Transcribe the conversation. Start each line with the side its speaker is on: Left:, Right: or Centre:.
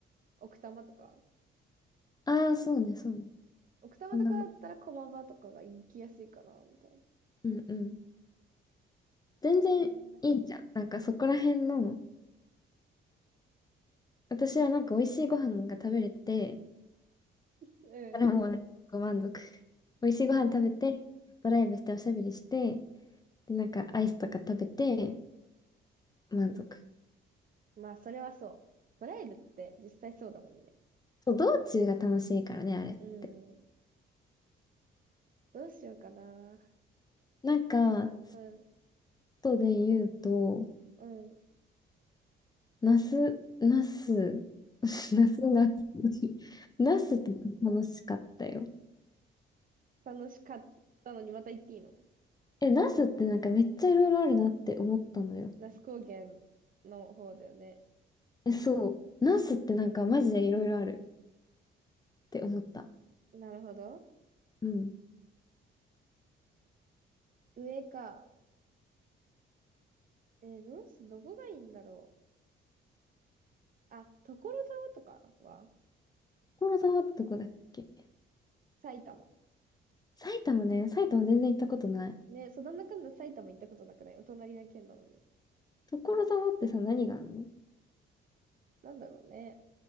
Right: 奥多摩とか。
Left: ああそうね、そうね。
Right: 奥多摩とかだったら駒場とかが行きやすいかな、
Left: そんなもん。
Right: みたいな。
Left: うんうん。全然いいじゃん。
Right: そういう話
Left: なんかそこら辺の、私はなんか美味しいご飯が食べれて、
Right: うん。
Left: だからもうなんかご満足。美味しいご飯食べて、
Right: あー、
Left: ドライブしておしゃべりして、で、なんかアイスとか食べて、満足。
Right: まあ、それはそう。ドライブって実際そうだもんね。
Left: そう、道中が楽しいからね、あれって。
Right: うん。どうしようかな。
Left: なんか、
Right: うん。
Left: 外で言うと、
Right: うん。
Left: ナス、ナス、<laughs> ナス、ナス、ナスとか楽しかったよ。
Right: 楽しかったのにまた行っていいの
Left: え、ナスってなんかめっちゃいろいろあるなって思ったのよ。
Right: 那須高原の方だよね。
Left: え、そう。ナスってなんかマジでいろいろあるって思った。
Right: なるほど。
Left: うん。
Right: 上か。えーどうし、どこがいいんだろう。あ、所沢とかは
Left: 所沢ってとこだっけ
Right: 埼玉。
Left: 埼玉ね、埼玉全然行ったことない。
Right: ね、そんなんだかんだ埼玉行ったことなくないお隣な県なのに。
Left: 所沢ってさ、何があるの
Right: なんだろうね。